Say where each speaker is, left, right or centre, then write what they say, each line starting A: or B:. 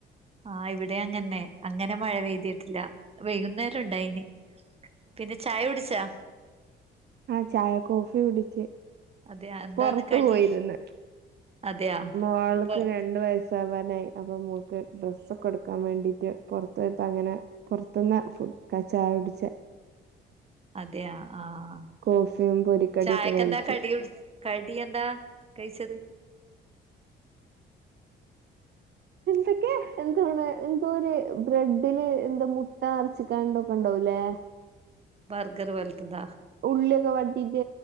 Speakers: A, on the right; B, on the right.
A: ആഹ് ഇവിടെ അങ്ങനെ അങ്ങനെ മഴ പെയ്തിയിട്ടില്ല വെയകുന്നേരം ഉണ്ടായിന് പിന്നെ ചായ കുടിച്ചാ?
B: ആഹ ചായ കോഫി കുടിച്ച്.
A: അതെയാ എന്താണ്
B: പൊർത്ത്
A: കടി
B: പോയിര്ന്ന്
A: അതെയാ
B: മോൾക്ക്
A: പൊർ
B: രണ്ട്‌ വയസവാനായി അപ്പൊ മോക്ക് ഡ്രസ്സ് ഒക്കെ എട്ക്കാൻ വേണ്ടീട്ട് പൊർത്തോയപ്പം അങ്ങനെ പൊർത്ത്ന്ന ഫു ക ച്ചായ കുടിച്ചെ.
A: അതെയ ആ ആ ആ
B: കോഫിയും പൊരിക്കടിയൊക്കെ
A: ചായക്കെന്താ
B: കഴിച്ചു
A: കടി? കടി എന്താ കയ്ച്ചത്? ഉ <inaudible>
B: തൊക്കെ എന്താണ് എന്തോ ഒര് ബ്രെഡില് എന്താ മുട്ട അര്ച്ച് കാണ്ടൊക്കെ ഇണ്ടാവൂലേ.
A: ബർഗർ വെൽതത.
B: ഉള്ളിയൊക്കെ വട്ടീണ്ട്